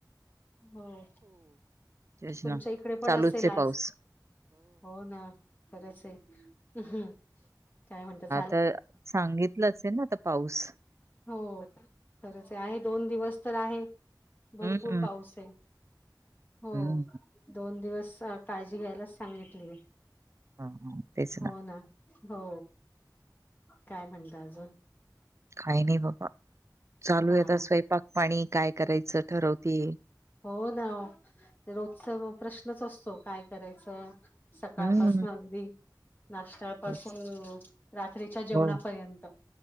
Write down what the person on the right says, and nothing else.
तेच
ना.
चालूच
आहे
पाऊस.
तर सांगितलं असेल ना आता पाऊस
हं,
हं.
हं,
हं. तेच
काय नाही बाबा चालू
आहेत स्वयंपाक पाणी काय करायचं ठरवतेय
हम्म.
तेच.
हो,